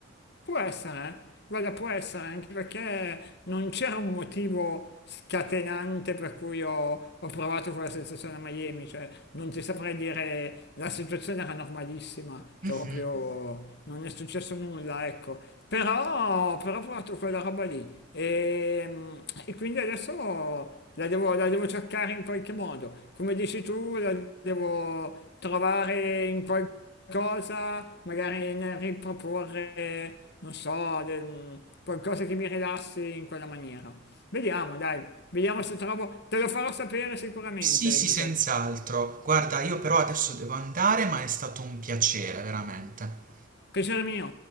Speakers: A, on the left (about 60°); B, on the right (about 45°).
A: Può essere, eh. guarda, può essere anche perché non c'era un motivo scatenante per cui ho, ho provato quella sensazione a Miami, cioè non ti saprei dire la situazione era normalissima, cioè
B: Mhm.
A: proprio non è successo nulla, ecco. Però, però ho provato quella roba lì e, e quindi adesso la devo, la devo cercare in qualche modo, come dici tu, la devo trovare in qualche cosa, magari nel riproporre, non so, del- qualcosa che mi rilassi in quella maniera. Vediamo, dai, vediamo se trovo, te lo farò sapere sicuramente,
B: Sì, sì,
A: Giuseppe.
B: senz'altro. Guarda, io però adesso devo andare, ma è stato un piacere, veramente.
A: Piacere mio.